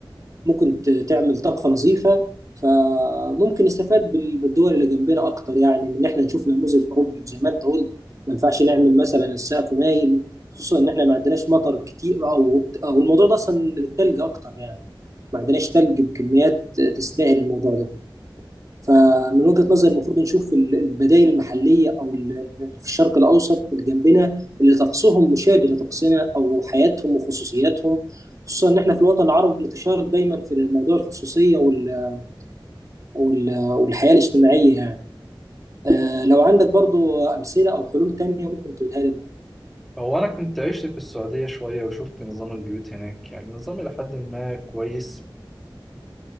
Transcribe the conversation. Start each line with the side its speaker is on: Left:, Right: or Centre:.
Right: ممكن ت- تعمل طاقة نظيفة فممكن نستفاد بال- بالدول اللي جنبنا أكتر يعني من إن إحنا نشوف نموذج أوروبي وزي ما أنت قلت ما ينفعش نعمل مثلا السقف مايل خصوصا إن إحنا ما عندناش مطر كتير أو أو الموضوع ده أصلا للتلج أكتر يعني ما عندناش تلج بكميات تستاهل الموضوع ده فمن وجهة نظري المفروض نشوف ال- البدائل المحلية أو ال- ال- في الشرق الأوسط اللي جنبنا اللي طقسهم مشابه لطقسنا أو حياتهم وخصوصياتهم خصوصا إن إحنا في الوطن العربي بنتشارك دايما في موضوع الخصوصية وال- وال- والحياة الاجتماعية يعني آه، لو عندك برضو أمثلة أو حلول تانية ممكن تقولها لي برضو
Centre: هو أنا كنت عشت في السعودية شوية وشفت نظام البيوت هناك يعني النظام إلى حد ما كويس